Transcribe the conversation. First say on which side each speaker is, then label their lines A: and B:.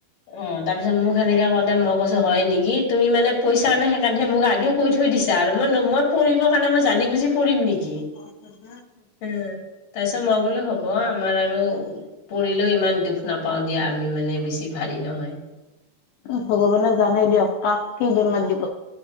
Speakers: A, on the left (about 55°); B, on the left (about 85°).
A: উম, তাৰপিছত মোক সেনেকে কওঁতে, মই কৈছো হ'য় নেকি, তুমি মানে পইচা নাই সেইকাৰণে মোক আগে কৈ থয় থৈ দিছা আৰু মই ন, মই পৰিবৰ কাৰণে মই জানি বুজি পৰিম নেকি।
B: <unintelligible>
A: হম, তাৰপিছত মই বোলো হ'ব আমাৰ আৰু পৰিলেও ইমান দুখ নাপাওঁ দিয়া আমি মানে বেছি ভাৰী নহয়।
B: ভগৱানে জানে দিয়ক, কাক কি বেমাৰ দিব